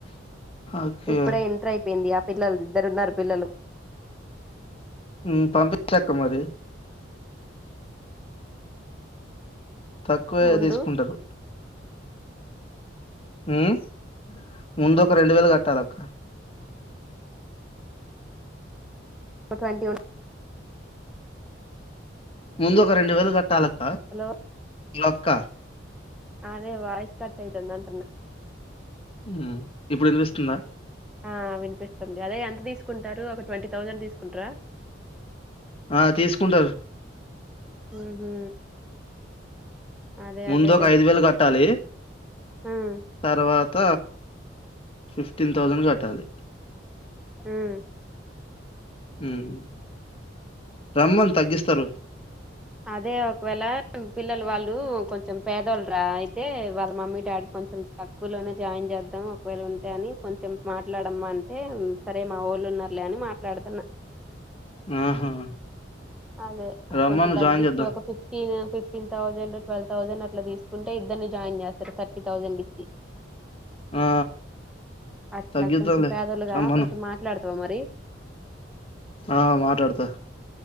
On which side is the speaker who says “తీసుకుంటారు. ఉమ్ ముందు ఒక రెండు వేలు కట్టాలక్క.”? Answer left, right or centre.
Left